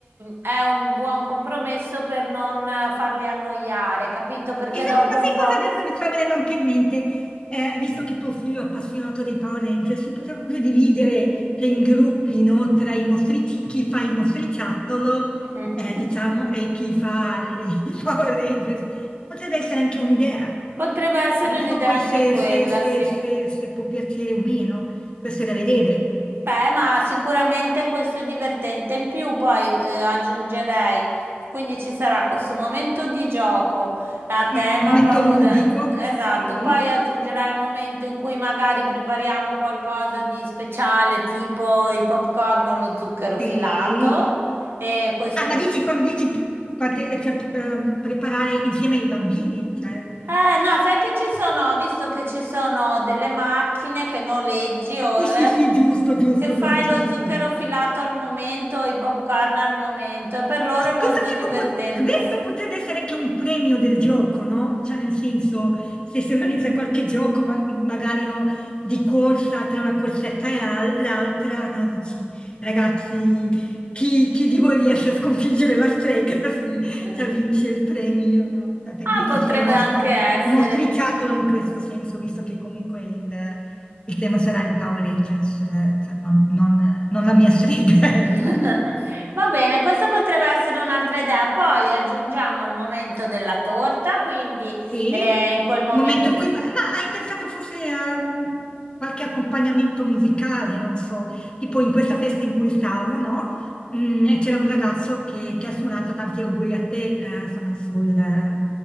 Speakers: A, on the right; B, on the left.
A: è un buon compromesso per non eh, farli annoiare, capito? Perché
B: esatto,
A: dopo
B: ma sai
A: un po'...
B: cosa adesso mi sta venendo anche in mente? Eh, visto che tuo figlio è appassionato dei Power Rangers, si poteva proprio dividere cioè, in gruppi, no, tra i mostrici, chi fa il mostriciattolo,
A: <laughs>
B: eh, diciamo, e chi fa le- <laughs> i Power Rangers. Potrebbe essere anche un'idea.
A: Potrebbe essere
B: Non
A: un'idea
B: so poi
A: anche
B: se
A: quella,
B: se- se-
A: sì.
B: se- se può piacere o meno, questo è da vedere.
A: Beh, ma sicuramente questo è divertente. In più poi eh, aggiungerei, quindi ci sarà questo momento di gioco a tema
B: Sì, momento
A: Power
B: ludico,
A: Rangers. Esatto,
B: sì,
A: poi aggiungerai un momento in cui magari prepariamo qualcosa di speciale, tipo i popcorn o lo zucchero
B: sì.
A: filato. E questo
B: Ah, ma
A: pot-
B: dici quando dici parte- cioè, ehm, preparare insieme ai bambini? Cioè,
A: Eh, no, sai che ci sono, ho visto che ci sono delle macchine che noleggi o
B: sì,
A: eh,
B: sì, sì, giusto, giusto,
A: che fai
B: giusto,
A: lo
B: sì, sì,
A: zucchero
B: sì.
A: filato al momento, i popcorn al momento, e per loro
B: Sì,
A: è molto
B: Questo tipo
A: divertente.
B: pot- questo potrebbe essere anche un premio del gioco, no? Cioè, nel senso, se si organizza qualche gioco, ma- magari no, di corsa tra una corsetta e al- l'altra, no? Dici, ragazzi, chi, chi di voi riesce a sconfiggere la strega, <laughs> sì,
A: <laughs>
B: cioè, vince il premio, no? Cioè, per
A: Ah,
B: dire,
A: potrebbe
B: o strega, insomma,
A: anche essere.
B: uno striciattolo in questo senso, visto che comunque il, il tema sarà il Power Rangers, eh, cioè non, non non la mia strega, <laughs> ecco.
A: <laughs> Va bene, questa potrebbe essere un'altra idea. Poi aggiungiamo il momento della torta, quindi
B: Sì,
A: eh, in quel momento.
B: un momento in cui... Ma hai pensato forse a mm, qualche accompagnamento musicale, non so, tipo in questa festa in cui stavo, no? Mm, e c'era un ragazzo che, che ha suonato tanti auguri a te, eh, insomma, sul, eh,